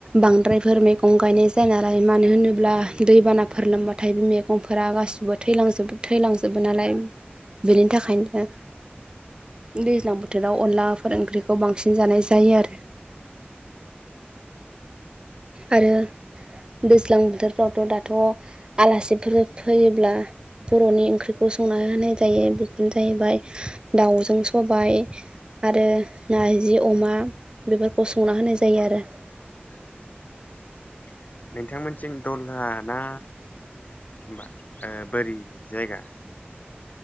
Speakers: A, on the right (about 25°); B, on the left (about 40°).
A: बांद्रायफोर मेगं गायनाय जायो नालाय मानो होनोब्ला दैबानाफोर लोमबाथाय बे मे गंफोरा गासिबो थैलांजो थैलांजोबो नालाय बेनि थाखायनो दैज्लां बोथोराव अनलाफोर ओंख्रिखौ बांसिन जानाय जायो आरो आरो दैज्लां बोथोरफ्रावथ' दाथ' आलासिफोर फैयोब्ला बर'नि ओंख्रिखौ संना होनाय जायो बेफोरनो जाहैबाय दाउजों सबाय आरो नारजि अमा बेफोरखौ संना होनाय जायो आरो
B: <unintelligible> नोंथांमोनथिं दलहा ना मा बोरि जायगा